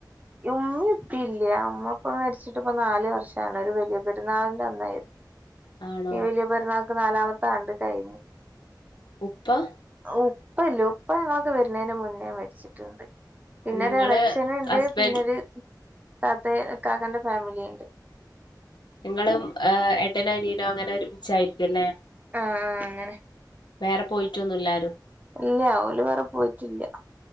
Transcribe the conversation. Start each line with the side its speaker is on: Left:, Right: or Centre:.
Right: യുമ്മിംപ്പില്ല്യാ ഉമ്മ പ്പ മരിച്ചിട്ട്പ്പ നാല് വർഷാണ് ഒരു വലിയ പെരുന്നാൾന്റെ അന്നേ
Left: ആണോ
Right: ഈ വല്യയ പെര്ന്നാക്ക് നാലാമത്തെ ആണ്ട് കയ്ഞ്ഞു
Left: ഉപ്പ
Right: ഉപ്പല്ലോ ഉപ്പ ങ്ങളൊക്കെ വരുന്നേന്റെ മുന്നേ മര്ച്ചി ട്ട്ണ്ട് പിന്നര്
Left: നിങ്ങള്
Right: എളേച്ചന്ണ്ട്
Left: ഹസ്ബൻഡ്
Right: പിന്നര് താത്തേ ഇക്കാക്കന്റ ഫാമിലീണ്ട്
Left: ങ്ങളും ഏഹ് എട്ടനു അനിയനോങ്ങനെ ഒരുമിച്ചായിരിക്ക്യുല്ലേ
Right: ആഹ് ആഹ് അങ്ങനെ
Left: വേറെ പോയിറ്റൊന്നുല്ലാരും
Right: ഇല്ല്യാഹ് ഓല് വേറെ പോയിറ്റില്ല